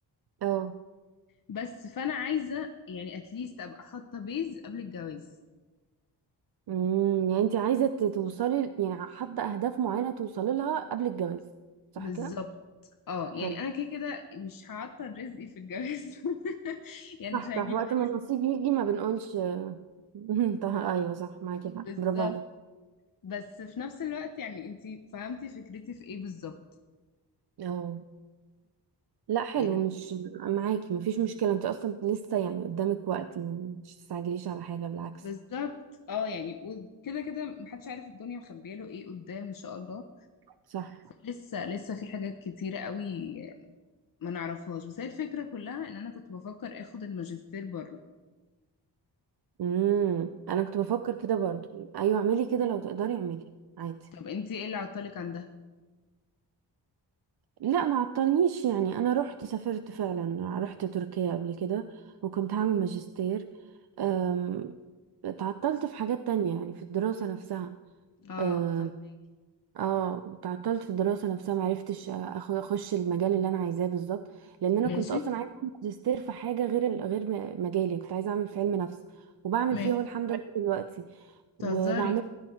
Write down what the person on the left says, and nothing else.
بس فانا عايزة يعني اتليست ابقى حاطة بيز قبل الجواز
بالظبط
اه
يعني انا كده كده مش هعطل رزقي في الجواز <laughs> يعني
مش هجيب
عريس
بالظبط
بس في نفس الوقت يعني انتي فهمتي فكرتي في ايه بالظبط
يعني
بالظبط اه يعني وكده كده محدش عارف الدنيا مخبيه له ايه قدام ان شاء الله
لسه لسه في حاجات كتيرة قوي ما نعرفهاش بس هي الفكرة كلها ان انا كنت بفكر اخد الماجستير بره
طب انتي ايه اللي عطلك عن ده
اه
فهماكي
ماشي
ماشي
تهزري